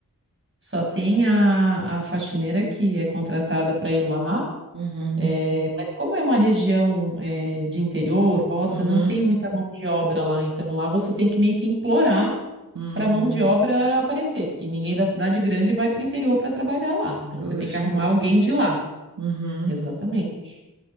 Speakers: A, on the right; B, on the right.
A: Só tem a, a faxineira que é contratada para ir lá.
B: Uhum,
A: é, mas como é uma região, é, de interior, roça,
B: uhum,
A: não tem muita mão de obra lá. Então lá você tem que meio que implorar
B: uhum.
A: para mão de obra aparecer, porque ninguém da cidade grande vai para o interior para trabalhar lá. Então
B: Poxa,
A: você tem que arrumar alguém de lá.
B: uhum,
A: Exatamente.